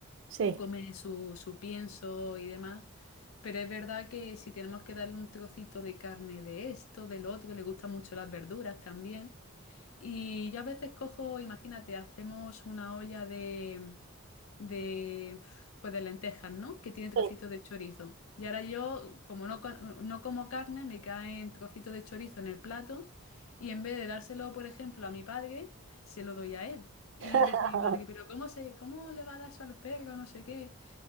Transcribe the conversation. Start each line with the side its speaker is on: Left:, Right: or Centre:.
Right: sí.
Left: come su, su pienso y demás. Pero es verdad que si tenemos que darle un trocito de carne de esto, del otro, le gustan mucho las verduras también. Y yo a veces cojo, imagínate, hacemos una olla de, de, pues de lentejas, ¿no? Que tiene trocitos
Right: Sí.
Left: de chorizo. Y ahora yo, como no, co- no como carne, me caen trocitos de chorizo en el plato y en vez de dárselo, por ejemplo, a mi padre, se lo doy a él. Y
Right: <laughs>
Left: dice mi padre, pero ¿cómo se, cómo le va a dar eso al perro? No sé qué.